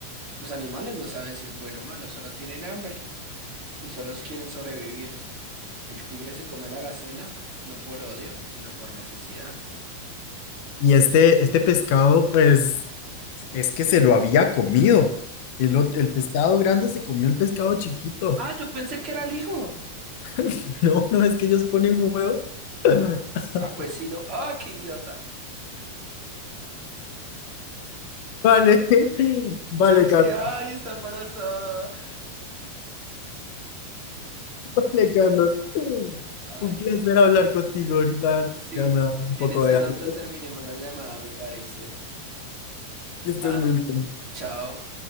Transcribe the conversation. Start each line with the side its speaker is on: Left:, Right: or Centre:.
Right: Los animales no saben si es bueno o malo, solo tienen hambre y solo quieren sobrevivir. El tigre se comió la gacela, no por odio, sino por necesidad.
Left: Y este, este pescado, pues, es que se lo había comido. El, ot- el pescado grande se comió el pescado chiquito.
Right: Ah, yo pensé que era el hijo.
Left: <laughs> No, no, es que ellos ponen un huevo. <laughs>
Right: Ah, pues sí, no. Ah, qué idiota.
Left: Vale, vale,
Right: Yo es
Left: Carlos,
Right: que, ay, está embarazada.
Left: vale, Carlos.
Right: Ay,
Left: Un placer
Right: no.
Left: hablar contigo ahorita.
Right: Sí,
Left: Ya me da un
Right: en
Left: poco
Right: esa
Left: de
Right: nota
Left: hambre.
Right: terminemos la llamada, me parece.
Left: Que estés
Right: Ah,
Left: muy bien.
Right: chao.